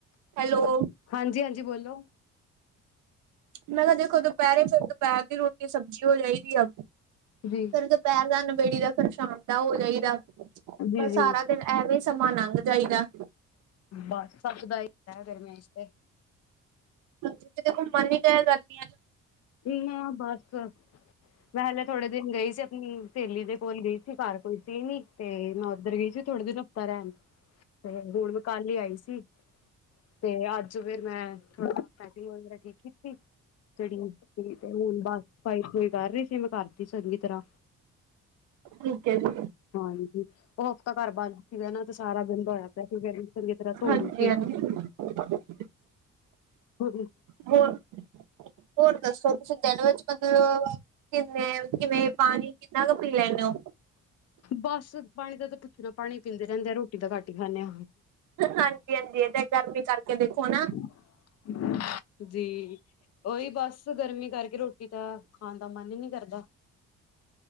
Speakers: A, on the right (about 80°); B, on the left (about 55°).
A: ਹੈਲੋ
B: ਹਾਂਜੀ-ਹਾਂਜੀ ਬੋਲੋ।
A: ਮੈਂ ਕਿਹਾ ਦੇਖੋ ਦੁਪਹਿਰੇ ਫਿਰ ਦੁਪਹਿਰ ਦੀ ਰੋਟੀ ਸਬਜ਼ੀ ਹੋ ਜਾਈਦੀ ਆ।
B: ਜੀ
A: ਫਿਰ ਦੁਪਹਿਰ ਦਾ ਨਬੇੜੀ ਦਾ ਫੇਰ ਸ਼ਾਮ ਦਾ ਹੋ ਜਾਈਦਾ, ਬਸ
B: ਜੀ-ਜੀ।
A: ਸਾਰਾ ਫਿਰ ਐਵੇਂ ਸਮਾਂ ਲੰਘ ਜਾਈਦਾ।
B: ਬਸ ਸਭ ਦਾ ਹੀ ਗਰਮੀਆਂ 'ਚ ਤੇ।
A: ਕਿਤੇ ਘੁੰਮਣ ਨੀ ਕਇਆ ਕਰਦੀਆਂ।
B: ਨ ਬਸ ਮੈਂ ਹਲੇ ਥੋੜੇ ਦਿਨ ਗਈ ਸੀ ਆਪਣੀ ਸਹੇਲੀ ਦੇ ਕੋਲ ਗਈ ਸੀ ਘਰ ਕੋਈ ਸੀ ਨੀ- ਤੇ ਮੈਂ ਉੱਧਰ ਗਈ ਸੀ ਥੋੜੇ ਦਿਨ ਹਫ਼ਤਾ ਰਹਿਣ, ਤੇ ਗੋਲ ਮੈਂ ਕੱਲ ਈ ਆਈ ਸੀ। ਤੇ ਅੱਜ ਫੇਰ ਮੈਂ, ਥੋੜਾ ਪੈਕਿੰਗ ਵਗੈਰਾ ਕੀਤੀ। ਜਿਹੜੀ ਤੇ ਹੁਣ ਬਸ ਸਫਾਈ-ਸਫੂਈ ਕਰ ਰਹੀ ਸੀ ਮੈਂ ਘਰ ਦੀ ਚੰਗੀ ਤਰ੍ਹਾਂ।
A: ਠੀਕ ਐ ਜੀ।
B: ਹਾਂਜੀ। ਉਹ ਹਫ਼ਤਾ ਘਰ ਬੰਦ ਸੀਗਾ ਨਾ ਤੇ ਸਾਰਾ ਦਿਨ ਬੋਇਆ ਪਿਆ ਚੰਗੀ ਤਰ੍ਹਾਂ ਧੋ
A: ਹਾਂਜੀ
B: ਰਹੀ ਸੀ।
A: <unintelligible>
B: ਹੂੰ
A: ਹੋਰ, ਹੋਰ ਦੱਸੋ ਤੁਸੀਂ ਦਿਣ ਵਿੱਚ- ਮਤਲਬ ਕਿੰਨੇ ਕਿਵੇਂ ਪਾਣੀ ਕਿੰਨਾ ਕੁ ਪੀ ਲੈਂਨੇ ਓ?
B: ਬਸ ਪਾਣੀ ਦਾ ਤਾਂ ਪੁੱਛਣਾ ਪਾਣੀ ਪੀਂਦੇ ਰਹਿੰਦੇ ਆ ਰੋਟੀ ਦਾ ਘੱਟ ਹੀ ਖਾਂਨੇ ਆ।
A: ਹਾਂਜੀ ਹਾਂਜੀ ਇਹ ਤਾਂ ਗਰਮੀ ਕਰਕੇ ਦੇਖੋ ਨਾ
B: <unintelligible> ਜੀ ਉਹੀ ਬਸ ਗਰਮੀ ਕਰਕੇ ਰੋਟੀ ਤਾਂ ਖਾਣ ਦਾ ਮਨ ਹੀ ਨੀ ਕਰਦਾ।